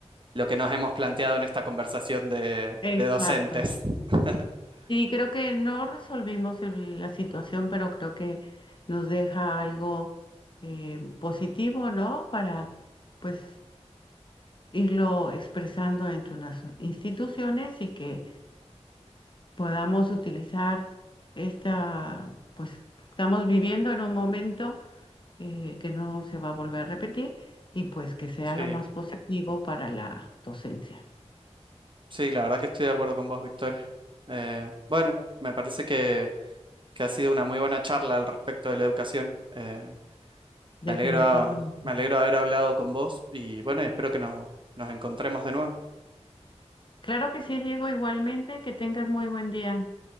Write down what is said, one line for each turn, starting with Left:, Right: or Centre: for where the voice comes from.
Right: lo que nos hemos planteado en esta conversación de,
Left: exacto.
Right: de docentes. <laughs>
Left: Sí, creo que no resolvimos el- la situación, pero creo que nos deja algo eh, positivo, ¿no? Para pues irlo expresando entre las instituciones y que podamos utilizar esta, pues estamos viviendo en un momento eh, que no se va a volver a repetir y pues que sea
Right: Sí.
Left: lo más positivo para la docencia,
Right: Sí, la verdad que estoy de acuerdo con vos, Victoria. Eh, bueno, me parece que, que ha sido una muy buena charla al respecto de la educación. Eh,
Left: definitivamente.
Right: me alegro, me alegro de haber hablado con vos y bueno, y espero que nos, nos encontremos de nuevo.
Left: Claro que sí, Diego, igualmente, que tengas muy buen día.